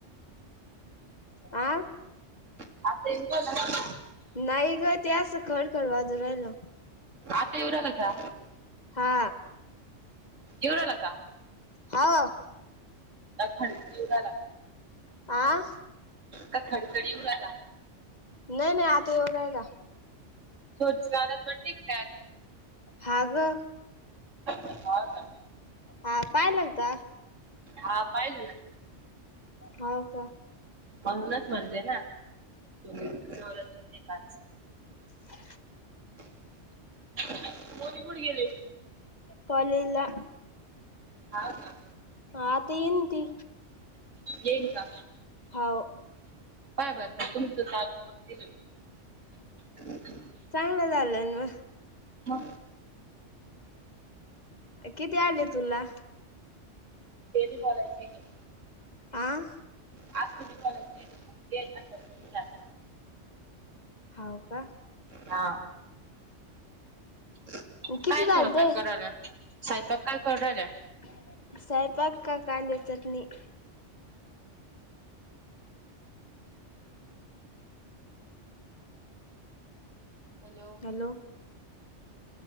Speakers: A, on the left; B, on the right.
A: आ
B: आता इव राहिला.
A: नाही ग त्याच खरखर वाझू राहिल.
B: आता इव राहिला का
A: हा
B: इव राहिला का.
A: हा
B: खड इव राहिला.
A: आ
B: का खडखडी इव राहिला.
A: नाही नाही आता इव राहिला.
B: रोजगारात बडे काय आज.
A: हा ग.
B: हो का
A: हा पाय लागता
B: हा पाहिलं ना
A: हो का
B: म्हणूनच म्हणते नाला म्हणते का
A: हम्
B: <inaudible>
A: कॉलेला
B: हा का.
A: आता येन ती.
B: येन का.
A: हो
B: काय भर तुमचं चालू करून दिलं मी
A: चांगलं झालंय मग
B: हा
A: किती आले तुला
B: तेरी मलाय क
A: आं
B: <inaudible>
A: हाव का
B: हा <inaudible>
A: किती झालते <inaudible>
B: हॅलो
A: हॅलो